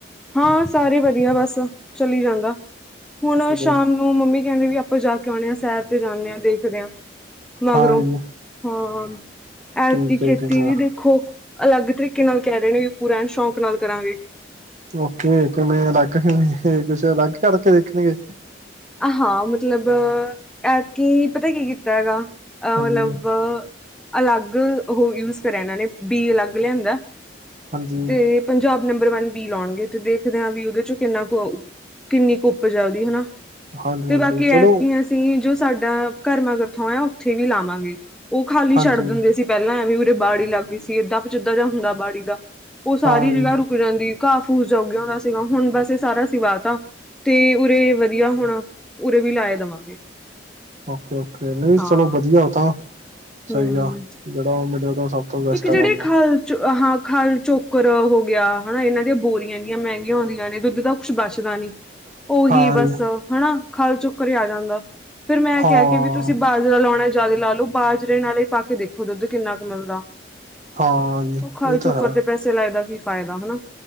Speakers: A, in the centre; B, on the right (about 40°).
A: ਹਾਂ ਸਾਰੇ ਵਧੀਆ ਬਸ ਚਲੀ ਜਾਂਦਾ, ਹੁਣ
B: ਚਲੋ
A: ਸ਼ਾਮ ਨੂੰ ਮੰਮੀ ਕਹਿੰਦੇ ਵੀ, ਜ ਜਾ ਕੇ ਆਉਂਣੇ ਹਾਂ ਸੈਰ ਤੇ ਜਾਂਦੇ ਹਾਂ ਦੇਖਦੇ ਹਾਂ। ਮਗਰੋਂ
B: ਹਾਂ ਜੀ
A: ਹਾਂ, ਐਤਕੀ
B: ਠੀਕ
A: ਖੇਤੀ
B: ਹੈ ਜੀ ਠੀਕ ਆ
A: ਵੀ ਦੇਖ ਖੋ ਅਲੱਗ ਤਰੀਕੇ ਨਾਲ ਕਹਿ ਰਹੇ ਨੇ ਪੂਰਾ ਸ਼ੌਂਕ ਨਾਲ ਕਰਾਂਗੇ।
B: ਓਕੇ ਕਿਵੇਂ ਅਲੱਗ ਕਿਵੇਂ ਕੁਛ ਅਲੱਗ ਕਰਕੇ ਦੇਖਣਗੇ
A: ਹਾਂ, ਮਤਲਬ ਐਤਕੀ ਪਤਾ ਕੀ ਕੀਤਾ ਹੈਗਾ ਅ
B: ਹਾਂਜੀ
A: ਮਤਲਬ ਅਲੱਗ ਉਹ ਯੂਜ ਕਰਿਆ, ਇਹਨਾਂ ਨੇ ਬੀ ਅਲੱਗ ਲਿਆਂਦਾ
B: ਹਾਂਜੀ
A: ਤੇ। ਪੰਜਾਬ ਨੰਬਰ ਵਨ ਬੀ ਲਾਉਣਗੇ, ਤੇ ਦੇਖਦੇ ਹਾਂ ਵੀ ਉਹਦੇ ਚੋਂ ਕਿੰਨਾ ਕੁ ਕਿੰਨੀ ਕੁ ਉਪਜ ਉਹਦੀ ਹਨਾ।
B: ਹਾਂਜੀ
A: ਤੇ
B: ਹਾਂਜੀ
A: ਬਾਕੀ
B: ਚਲੋ
A: ਐਤਕੀਆਂ। ਅਸੀਂ ਜੋ ਸਾਡਾ ਘਰ ਮਾਗਰ ਥੋਂ ਆ, ਉੱਥੇ ਵੀ ਲਾਵਾਂਗੇ ਉਹ ਖਾਲੀ
B: ਹਾਂਜੀ
A: ਛੱਡ ਦਿੰਦੇ ਸੀ ਪਹਿਲਾਂ ਐਵੇਂ ਉਰੇ ਬਾੜੀ ਲੱਗ ਗਈ ਸੀ, ਏਦਾਂ ਪਚਿੱਦਾਂ ਜਿਹਾ ਹੁੰਦਾ ਬਾੜੀ ਦਾ ਉਹ ਸਾਰੀ
B: ਹਾਂ ਜੀ
A: ਜਗ੍ਹਾ ਰੁ। ਉ ਦੀ ਘਾ ਫੂਸ ਜਾ ਉਗ ਜਾਦਾ ਸੀਗਾ, ਹੁਣ ਬਸ ਇਹ ਸਾਰਾ ਹੁਣ ਅਸੀ ਵਾ ਦਿੱਤਾ, ਤਾ ਤੇ ਉਰੇ ਵਧੀਆ ਹੁਣ ਉਰੇ ਵੀ ਲਾਏ ਦੇਵਾਂਗੇ।
B: ਓਕੇ-ਓਕੇ ਨਹੀਂ
A: ਹਾਂ
B: ਚਲੋ, ਵਧੀਆ ਉਹ ਤਾਂ
A: ਹੂੰ
B: ਸਹੀ ਆ ਜਿਹੜਾ ਉਹ ਮਲੇ ਤਾਂ ਸਭ। ਤੋਂ ਬੈਸਟ
A: ਇੱਕ
B: ਆ
A: ਜਿਹੜੇ
B: ਕੰਮ
A: ਖਾਲ ਚ ਹਾਂ ਖੱਨ ਚੋਕਰ ਹੋ ਗਿਆ ਹਨਾ, ਇਹਨਾਂ ਦੀਆਂ ਬੋਰੀਆਂ ਦੀਆਂ ਮਹਿੰਗੀਆਂ ਆਉਂਦੀਆਂ, ਨੇ ਦੁੱਧ ਦਾ ਕੁ ਬਚਦਾ ਨਹੀਂ।
B: <unintelligible>
A: ਓਹੀ ਬਸ
B: ਜੀ
A: ਹਨਾ, ਖਾਲ ਚੁੱਕ ਘਰੇ ਆ ਜਾਂਦਾ ਫਿਰ ਮੈਂ
B: ਹਾਂ
A: ਕਿਹਾ, ਕਿ ਤੁਸੀਂ ਜਿਨ੍ਹਾਂ ਲਾਉਣਾ ਜ਼ਿਆਦਾ ਲਾ ਲਓ। ਤਤਤ ਬਾਜਰੇ ਨਾਲ ਹੀ ਪਾ ਕੇ ਦੇਖੋ ਦੁੱਧ ਕਿੰਨਾ ਕੁ ਮਿਲਦਾ।
B: ਹਾਂ। ਜੀ
A: ਉਹ ਖਾਲ
B: ਇਹ ਤਾਂ
A: ਚੋੱਕਰ
B: ਹੈ
A: ਤੇ ਪੈਸੇ ਲਾਏ ਦਾ ਕੀ ਫਾਇਦਾ, ਹਨਾ।